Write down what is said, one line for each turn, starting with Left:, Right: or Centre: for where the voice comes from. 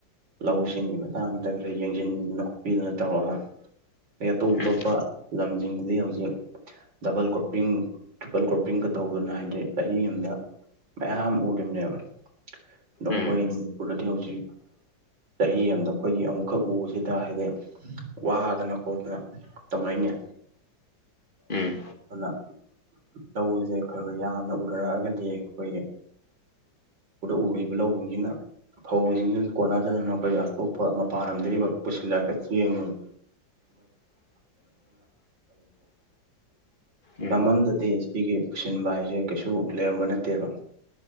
Right: ꯂꯧꯁꯤꯡꯒꯤ ꯃꯇꯥꯡꯁꯤꯗ ꯈꯔ ꯌꯦꯡꯁꯤꯟꯕꯤꯗꯅ ꯈꯣꯠꯄꯤꯗꯅ ꯇꯧꯔꯒ ꯑꯗꯩ ꯑꯇꯣꯞ ꯑꯇꯣꯞ
Left: ꯎꯝ
Right: ꯄꯥ ꯂꯝꯁꯤꯡꯁꯤꯗꯤ ꯍꯧꯖꯤꯛ ꯗꯕꯜ ꯀ꯭ꯔꯣꯄꯤꯡ ꯇ꯭ꯔꯤꯄꯜ ꯀ꯭ꯔꯣꯞꯄꯤꯡꯒ ꯇꯧꯗꯅ ꯍꯥꯏꯗꯤ ꯆꯍꯤ ꯑꯃꯗ ꯃꯌꯥꯝ ꯎꯔꯤꯕꯅꯦꯕ ꯗꫭ ꯑꯈꯣꯏ
Left: ꯎꯝ
Right: ꯃꯅꯤꯄꯨꯔꯗꯗꯤ ꯍꯧꯖꯤꯛ ꯆꯍꯤ ꯑꯃꯗ ꯑꯩꯈꯣꯏꯒꯤ ꯑꯃꯨꯛꯈꯛ ꯎꯕꯁꯤꯗ ꯍꯥꯏꯗꯤ ꯋꯥꯗꯅ ꯈꯣꯠꯇꯅ ꯇꯧꯃꯩꯅꯦ
Left: ꯎꯝ
Right: ꯑꯗꯨꯅ ꯇꯧꯕꯁꯦ ꯈꯔ ꯈꯔ ꯌꯥꯝꯅ ꯎꯅꯔꯛꯑꯒꯗꯤ ꯑꯈꯣꯏꯒꯤ ꯗ ꯎꯔꯤꯕ ꯂꯧꯁꯤꯡꯁꯤꯅ ꯐꯧꯁꯤꯡꯁꯤ ꯀꯣꯟꯅꯗꯗꯅ ꯑꯩꯈꯣꯏ ꯑꯇꯣꯞꯄ ꯃꯄꯥꯟ ꯂꯝꯗꯒꯤꯒ ꯄꯨꯁꯤꯜꯂꯒ ꯆꯦꯡ <inaudible>
Left: ꯎꯝ
Right: ꯇꯝ ꯑꯃꯗꯗꯤ ꯁꯤꯒꯤ ꯄꯨꯁꯤꯟꯕ ꯍꯥꯏꯁꯦ ꯀꯩꯁꯨ ꯂꯩꯔꯝꯕ ꯅꯠꯇꯦꯕ꯫